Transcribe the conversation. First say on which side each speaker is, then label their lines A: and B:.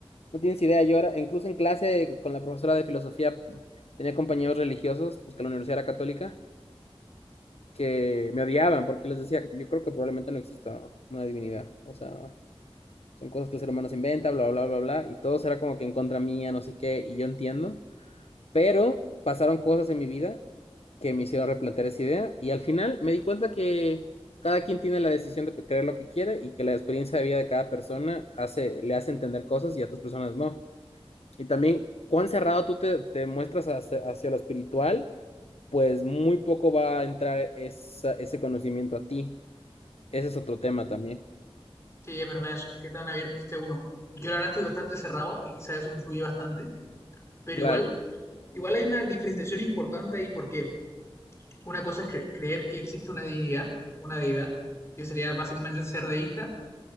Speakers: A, on the left; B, on the left.
A: No tienes idea, yo era, incluso en clase con la profesora de filosofía tenía compañeros religiosos, pues que la universidad era católica, que me odiaban porque les decía, yo creo que probablemente no exista una divinidad, o sea, son cosas que el ser humano se inventa, bla, bla, bla, bla, y todo era como que en contra mía, no sé qué, y yo entiendo, pero pasaron cosas en mi vida que me hicieron replantear esa idea, y al final me di cuenta que cada quien tiene la decisión de creer lo que quiere y que la experiencia de vida de cada persona hace, le hace entender cosas y a otras personas no. Y también, cuán cerrado tú te, te muestras hacia, hacia lo espiritual, pues muy poco va a entrar esa- ese conocimiento a ti. Ese es otro tema también.
B: Sí, es verdad eso, qué tan abierto esté uno. Yo la verdad estoy bastante cerrado y quizás eso influye bastante, pero
A: Claro.
B: igual, igual hay una diferenciación importante ahí porque una cosa es cre- creer que existe una divinidad, una deidad, que sería básicamente ser deísta,